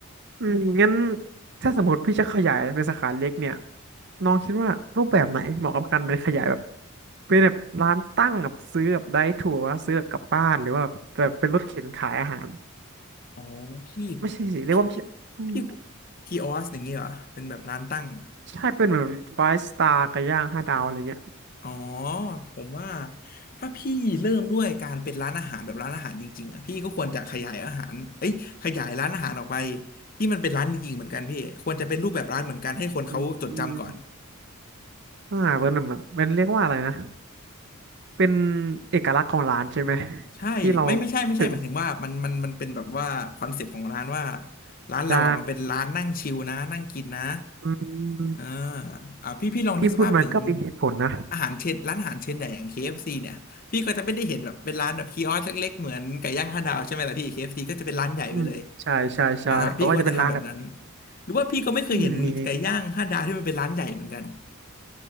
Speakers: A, on the right (about 55°); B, on the left (about 40°).
A: อืมงั้นถ้าสมมติพี่จะขยายเป็นสาขาเล็กเนี่ยน้องคิดว่ารูปแบบไหนที่เหมาะกับการเป็นขยายแบบเป็นแบบร้านตั้งแบบซื้อแบบได้ถั่วว่าซื้อแบบกลับบ้านหรือว่าแบบแบบเป็นรถเข็นขายอาหาร
B: อ๋อพี่
A: ไม่ใช่สิเรียกว่าไม่ใช่อืม
B: พี่พี่พี่คีออสอย่างนี้เหรอเป็นแบบร้านตั้ง
A: ใช่เป็นเหมือนไฟสตาร์กับย่างห้าดาวอะไรเงี้ย
B: อ๋อผมว่าถ้าพี่เริ่มด้วยการเป็นร้านอาหารแบบร้านอาหารจริงๆอ่ะพี่ก็ควรจะขยายอาหารเอ้ยขยายร้านอาหารออกไปที่มันเป็นร้านจริงๆเหมือนกันพี่ควรจะเป็นรูปแบบร้านเหมือนกันให้คนเขาจดจำก่อน
A: อืมอ่าเป็นแบบเป็นเรียกว่าอะไรนะเป็นเอกลักษณ์ของร้านใช่ไหม
B: ใช่ไม่ไม่ใช่ไม่ใช่หมายถึงว่ามันมันมันเป็นแบบว่าคอนเซปต์ของร้านว่า
A: ที่เราถึง
B: ร้านเราอ่ะมันเป็นร้านนั่งชิลนะนั่งกินนะ
A: ได้อืม
B: เอออ่ะพี่พี่ลองนึกสภาพถึง
A: ที่พูดมันก็มีเหตุผลนะ
B: อาหารเชนร้านอาหารเชนใหญ่อย่างเคเอฟซีเนี่ยพี่ก็จะไม่ได้เห็นแบบเป็นร้านแบบคีออสเล็กๆเหมือนไก่ย่างห้าดาวใช่ไหมล่ะพี่ KFC ก็จะเป็นร้านใหญ่ไปเลย
A: อืมใช่ใช่ใช่เขาก็จะเป็นร้านแบบ
B: อ่าพี่ควรจะทำแบบนั้นหรือว่าพี่ก็ไม่เคยเห็นไก่ย่างห้าดาวที่มันเป็นร้านใหญ่เหมือนกัน
A: อืมมี